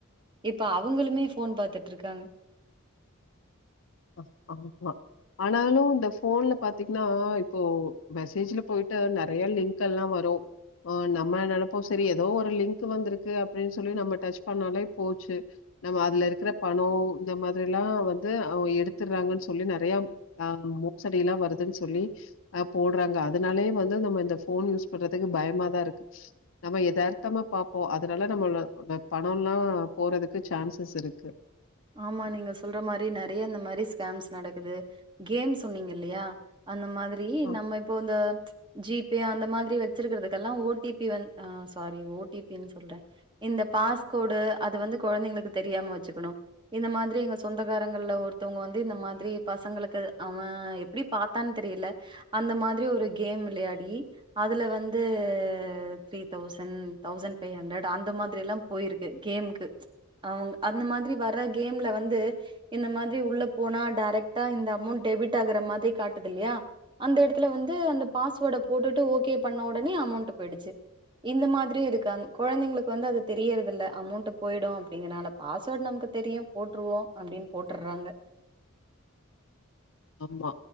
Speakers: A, on the right; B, on the left.
A: இப்ப அவுங்ளுமே ஃபோன் பாத்துட்டு இருக்காங்க
B: அ ஆமா ஆனாலு இந்த ஃபோன்ல பாத்தீங்ன்னா இப்போ மெசேஜ்ல போயிட்டு நெறைய லிங்க்ல்லா வரும் அ நம்மள நெனப்போ சரி ஏதோ ஒரு லிங்கு வந்திருக்கு அப்டின்னு சொல்லி நம்ம டச் பண்ணாலே போச்சு நம்ம அதுல இருக்கற பணோ இந்த மாதிரில்லா வந்து அவங்க எடுத் தற்றாங்கன்னு சொல்லி நெறைய ஆ மோசடி எல்லா வருதுன்னு சொல்லி அ போட்றாங்க அதனாலே வந்து நம்ம இந்த ஃபோன் யூஸ் பண்றதுக்கு பயமாதா இருக்கு நம்ம எதார்த்தமா பாப்போ அதனால நம்மள ளோட பணோல்லா போறதுக்கு சான்சஸ் இருக்கு
A: ஆமா நீங்க சொல்ற மாறி நெறைய இந்த மாறி ஸ்கேம்ஸ் நடக்குது கேம் சொன்னீங்க இல்லயா அந்த மாதிரி
B: அ.
A: நம்ம இப்போ இந்த ஜீப் பே அந்த மாதிரி வச்சிருக்கறதுக்கெல்லா ஓ டி பி வந்த் அ சாரி ஓ டி பி னு சொல்றே இந்த பாஸ்கோடு அது வந்து கொழந்தைங்களுக்கு தெரியாம வச்சுக்கணு இந்த மாதிரி எங்க சொந்தக்காரங்கள்ல ஒருத்தவங்க வந்து இந்த மாதிரி பசங்களுக்கு அவன் எப் பிடி பாத்தான் தெரியல அந்த மாதிரி ஒரு கேம் விளயாடி அதுல வந்தூ three thousand thousand five hundred அந்த மாதிரில்லா போயிருக்கு கேம்க்கு அவுங் அந்த மாதிரி வர கேம்ல வந்து இந்த மாதிரி உள்ள போனா டேரெக்ட்டா இந்த அமௌண்ட் டெபிட்டாகுற மாதிரி காட்டுதுல்லையா அந்த எடத்துல வந்து அந்த பாஸ்வேட போட்டுட்டு ஓகே பண்ண ஒடனே அமௌண்டு போயிடுச்சி இந்த மாதிரியு இருக்காங் குழந்தைங்களுக்கு வந்து அது தெரியறதில்ல அமௌண்ட் போயிடு அப்டிங்கனாலப் பாஸ்வேர்ட் நமக்கு தெரியு போட்டுருவோ அப்டின் போட்றாங்க
B: ஆமா